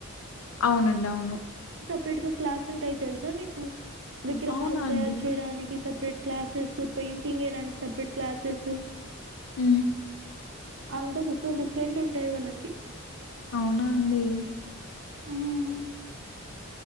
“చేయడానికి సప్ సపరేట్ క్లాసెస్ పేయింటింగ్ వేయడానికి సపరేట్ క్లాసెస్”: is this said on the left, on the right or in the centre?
Right